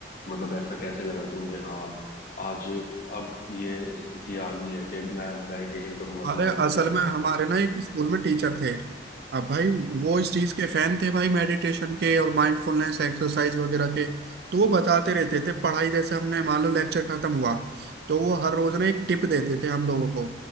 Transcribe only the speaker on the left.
मतलब ऐसा कैसे लगा कि मुझे हाँ आज अब ये स्थिति आ गई है कि मैं मेडिटेशन करूंगा तो
मुझे बेनिफिट
होंगे